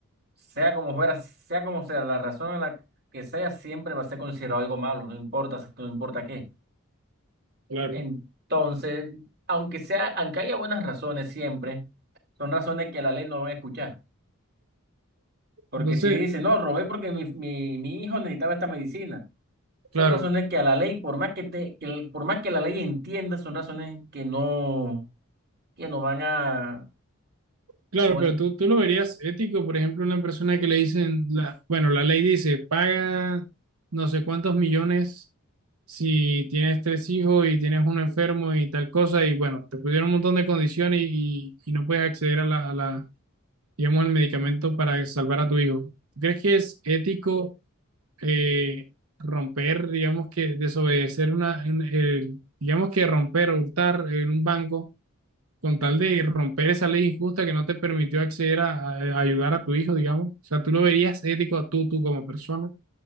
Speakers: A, on the right (about 50°); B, on the right (about 80°).
A: sea como fuera, sea como sea, la razón en la que sea, siempre va a ser considerado algo malo, no importa, no importa qué.
B: Claro.
A: Entonces, aunque sea, aunque haya buenas razones siempre, son razones que la ley no van a escuchar. Porque
B: Entonces,
A: si dice, no, robé porque mi, mi, mi hijo necesitaba esta medicina, son
B: claro,
A: razones que a la ley, por más que te, que el- por más que la ley entienda, son razones que no, que no van a,
B: claro,
A: como el-
B: pero tú, tú lo verías ético, por ejemplo, una persona que le dicen, la, bueno, la ley dice, paga no sé cuántos millones si tienes tres hijos y tienes uno enfermo y tal cosa, y bueno, te pusieron un montón de condiciones y, y, y no puedes acceder a la, a la, digamos, al medicamento para salvar a tu hijo. ¿Tú ¿Crees que es ético? eh, romper, digamos que desobedecer una, un- eh, digamos que romper o hurtar en un banco con tal de romper esa ley injusta que no te permitió acceder a, a ayudar a tu hijo, digamos. O sea, tú lo verías ético tú, tú como persona.